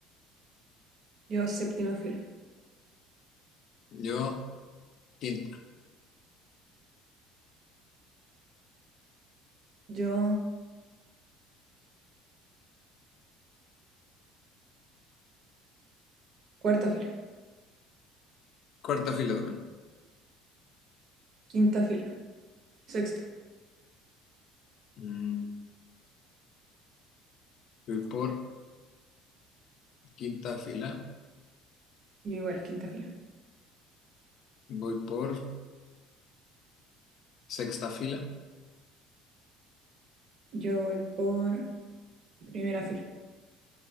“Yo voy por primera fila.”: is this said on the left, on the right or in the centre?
Right